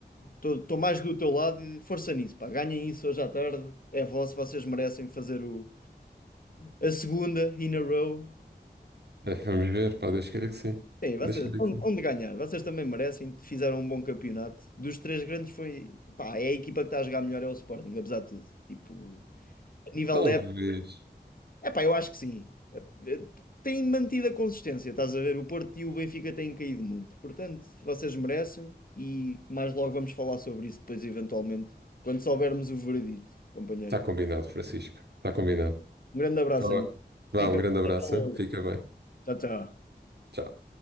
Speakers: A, on the left (about 55°); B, on the right (about 70°).
A: estou mais do teu lado e força nisso, pá. Ganhem isso hoje à tarde, é vosso, vocês merecem fazer o, a segunda in a row.
B: É, vamos ver, pá, Deus queira que sim.
A: Bem, vocês,
B: Deus queira
A: onde,
B: que sim.
A: onde ganhar? Vocês também merecem, fizeram um bom campeonato. Dos três grandes foi, pá, é a equipa que está a jogar melhor é o Sporting, apesar de tudo. Tipo, a nível
B: Talvez.
A: da Epá, eu acho que sim. Eh, eh, Tem mantido a consistência, estás a ver? O Porto e o Benfica têm caído muito. Portanto, vocês merecem e mais logo vamos falar sobre isso depois, eventualmente, quando soubermos o veredito, companheiro.
B: Está combinado, Francisco. Está combinado.
A: Um grande abraço,
B: Tá bem.
A: amigo.
B: Vá,
A: Fica.
B: um grande
A: Até
B: abraço.
A: logo.
B: hein? Fica bem.
A: Tchau, tchau.
B: Tchau.